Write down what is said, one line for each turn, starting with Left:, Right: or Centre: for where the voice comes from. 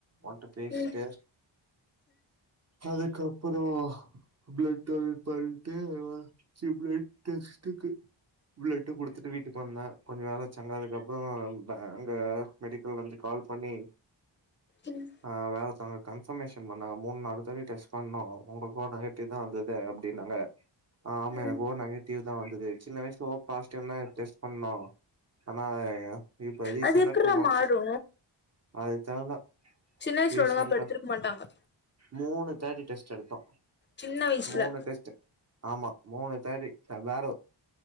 Right: ஒன்ட்ட பேஸ்ட்டே
Left: ம் ம்
Right: அதுக்கப்புறோ பிளட் டொல் டொல்த்து அதா சி பிளட் டெஸ்ட்டுக்கு பிளட்டு குடுத்துட்டு வீட்டுக் வந்த கொஞ்ச நாளா சென்னதுக்கப்புறோ பா அங்க மெடிக்கல்ல இர்ந்து கால் பண்ணி
Left: என்ன
Right: ஆ் வேல் அங்க கன்ஃபர்மேஷன் பண்ணாங்க மூன் நாளுதாட்டி டெஸ் பண்ணோ உங்ளுக்கூ நெகட்டிவ்தா வந்தது அப்டின்னாங்க ஆ ஆமா
Left: ம்
Right: ஓ நெகட்டிவ்தா வந்தது சின்ன வய்ஸ் ஓ பாசிட்வ்ன்தா டெஸ்ட் பண்ணோ ஆனா இப்ப ரீசன்ட்டா
Left: அது எப்புட்றா
Right: டூ மந்த்ஸு
Left: மாறு
Right: அதுதெர்ல
Left: சின்ன வயசுல
Right: ரீசென்ட்டா
Left: ஒழுங்கா படுத்திருக்க மாட்டாங்க
Right: மூனு தாட்டி டெஸ்ட் எடுத்தோ
Left: சின்ன வயசுல
Right: மூனு டெஸ்ட்டு ஆமா மூணு தாட்டி அபாரோ